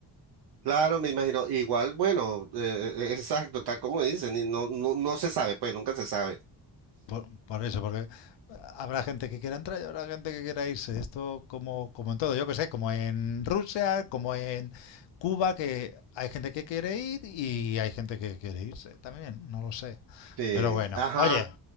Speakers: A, on the right; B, on the left.
A: Claro, me imagino, igual, bueno, eh, eh, eh, exacto, tal como dicen, y no, no, no se sabe, pues nunca se sabe.
B: Por, por eso, porque eh, habrá gente que quiera entrar y habrá gente que quiera irse. Esto como, como en todo, yo que sé, como en Rusia, como en Cuba, que hay gente que quiere ir y hay gente que quiere irse también, no lo sé.
A: Sí,
B: Pero bueno,
A: ajá,
B: oye,